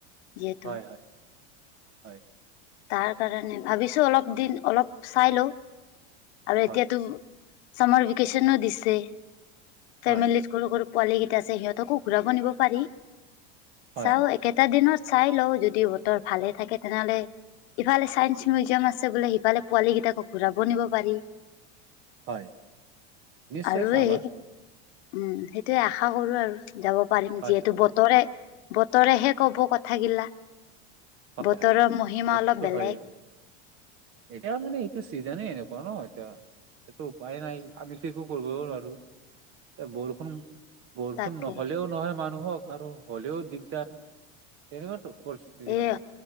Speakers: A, on the left; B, on the right.
A: গটো
B: হয় হয় হয়
A: <unintelligible> তাৰ কাৰণে ভাবিছোঁ, অলপ দিন অলপ চাই লওঁ আৰু এতিয়াটো
B: হয়
A: চামাৰ ভেকেশচনো দিছে
B: হয়
A: ফেমিল সৰু সৰু পোৱালি কেইটা আছে সিহঁতকো ঘূৰাব নিব পাৰি।
B: হয়
A: চাওঁ,
B: হয়
A: একেটা দিনত চাই লওঁ যদি বতৰ ভালে থাকে তেনেহ'লে ইফালে চায়ন্স মিউজিয়াম আছে বোলে, সিালে পোৱালী কেইটাকো ঘূৰাব নিব পাৰি।
B: হয় নিশ্চয়
A: আৰু
B: চাবা
A: সেই উম, সেইটোৱে আশা কৰো আৰু। যাব পাৰিম
B: হয়
A: যিহেতু,
B: হয়
A: বতৰে বতৰেহে কব কথাবিলাক
B: হয়
A: বতৰৰ
B: হয়
A: মহিমা
B: এইটো
A: অলপ বেলেগ।
B: হয় এতিয়া মানে এইটো চিজনে এনেকুৱা ন এতিয়া এইটো উপায় নাই, আমিটো একো কৰিবও নোৱাৰো এ বৰষুণ বৰষুণ
A: তাকে
B: নহ'লেও নহয় মানুহক, আৰু হ'লেও দিগদাৰ। এনেকুৱাো পৰিস্থিতি
A: এ
B: মানে